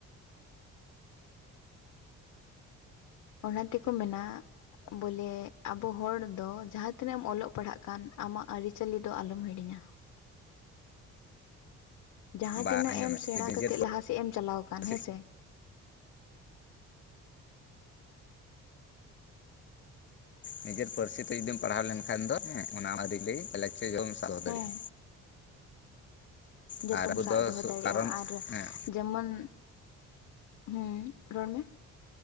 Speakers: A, on the left; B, on the left.
A: ᱚᱱᱟ ᱛᱮᱠᱚ ᱢᱮᱱᱟ ᱵᱚᱞᱮ ᱟᱵᱚ ᱦᱚᱲ ᱫᱚ ᱡᱟᱦᱟ ᱛᱤᱱᱟᱹᱜ ᱮᱢ ᱚᱞᱚᱜ ᱯᱟᱲᱦᱟᱜ ᱠᱟᱱ ᱟᱢᱟᱜ ᱟᱹᱨᱤᱪᱟᱹᱞᱤ ᱫᱚ ᱟᱞᱚᱢ ᱦᱤᱲᱤᱧᱟ᱾ ᱡᱟᱦᱟᱸ
B: ᱵᱟ
A: ᱛᱤᱱᱟᱹᱜ
B: ᱟᱸᱡᱚᱢ
A: ᱮᱢ
B: ᱢᱮ
A: ᱥᱮᱬᱟ
B: ᱱᱤᱡᱮᱨ
A: ᱠᱟᱛᱮᱜ ᱞᱟᱦᱟᱥᱮᱫ ᱮᱢ ᱪᱟᱞᱟᱣ ᱟᱠᱟᱱ
B: ᱯᱟᱹᱨᱥᱤ
A: ᱦᱮᱸᱥᱮ
B: ᱱᱤᱡᱮᱨ ᱯᱟᱹᱨᱥᱤ ᱛᱮ ᱡᱩᱫᱤᱢ ᱯᱟᱲᱦᱟᱣ ᱞᱮᱱᱠᱷᱟᱱ ᱫᱚ ᱦᱮᱸ ᱚᱱᱟ <unintelligible> ᱪᱮᱜ ᱜᱮ ᱵᱟᱢ ᱥᱟᱞᱟ
A: ᱦᱮᱸ
B: ᱫᱟᱲᱤᱜᱼᱟ
A: ᱡᱚᱛᱚᱢ
B: ᱟᱨ ᱟᱵᱚ
A: ᱥᱟᱵ
B: ᱫᱚ
A: ᱫᱚᱦᱚ ᱫᱟᱲᱮᱜᱼᱟ
B: ᱠᱟᱨᱚᱱ
A: ᱟᱨ
B: ᱦᱮᱸ
A: ᱡᱮᱢᱚᱱ ᱦᱩᱸ ᱨᱚᱲ ᱢᱮ